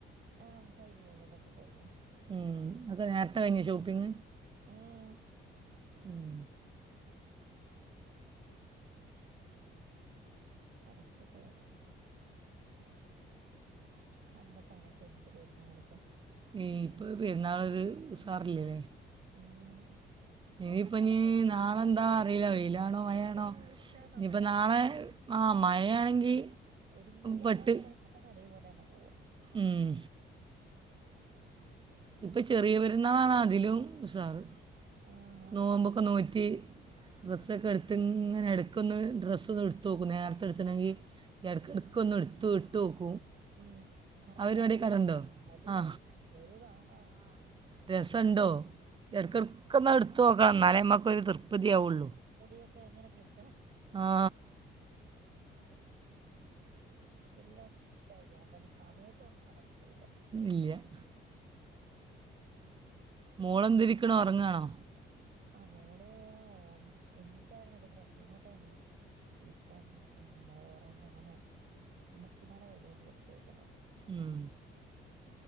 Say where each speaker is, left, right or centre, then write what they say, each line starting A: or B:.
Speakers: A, on the right; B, on the right.
A: ആഹ് കഴിഞ്ഞ് കഴിഞ്ഞ് അതൊക്കെ കഴിഞ്ഞ്.
B: ഉം ന്നൊക്കെ നേരത്തെ കഴിഞ്ഞോ ഷോപ്പിങ്?
A: ഉം
B: ഉം
A: അതൊക്കെ കഴിഞ്ഞു പണ്ടത്തണൊക്കെ എന്ത് പെരുന്നാള്
B: ഇപ്പൊ പെരുന്നാളരു ഉസാറില്ലേല്ലേ
A: ഉം ഉം
B: ഇനിയിപ്പ നീ നാളെ എന്താ അറിയില്ല വെയിലാണോ
A: ഇപ്പൊ
B: മയാണോ
A: എന്തിനെന്ന് ചോദിച്ചാ നമ്മടെ
B: ഇനിയിപ്പ നാളെ ആ മഴയാണെങ്കി
A: ഒരു വീട്ടില്
B: പെട്ട്
A: എങ്ങനെ ഒരു ദിവസം പോകണം അതേപോലെ തന്നെ പോവാ
B: ഉം ഇപ്പൊ ചെറിയ പരുന്നാളാണ് അതിലും ഉസാറ്
A: ആഹ്
B: നോമ്പൊക്കെ നോറ്റി ഡ്രസ്സൊക്കെ എടുത്ത് ഇങ്ങനെ എടു ഇടക്കൊന്ന് ഡ്രസ്സ് ഒന്ന് എടുത്ത് നോക്കും നേരത്തെ എടുത്തുണെങ്കി എടകെട്ക്കൊന്ന് ഇടുത്ത് ഇട്ട് നോക്കും.
A: ഉം കറക്റ്റ്
B: ആ പരിപാടി
A: ആണോ
B: കടണ്ടോ
A: വലുതാണോ
B: ആ
A: ചെറുതാണാ
B: രസണ്ടോ എട്കെട്ക്കതൊന് എടുത്ത് നോക്കണം എന്നാലേ നമുക്ക് ഒരു തൃപ്തിയാവയുള്ളൂ
A: മുടിയോക്കേ എങ്ങനെ കെട്ടണം
B: ആ
A: എല്ലാം ഒന്ന് സിറ്റ് ആയിക്കണം പക്ഷെ സമയത്തൊന്നും നടക്കത്തൂല
B: ഇല്ല മൂളം എന്തിരിക്കണോ ഉറങ്ങാണോ?
A: ആ മോള് ഓ എണീറ്റായിര്ന്നു ഇടക്ക് രണ്ടുന് വട്ടം എണീറ്റ് ഇപ്പം ആ മോള ഒറങ്ങി അങ്ങനെ മച്ചിമാടെ കയ്യിലോട്ട് കൊടുത്തയ്ക്ന്നു.
B: ഉം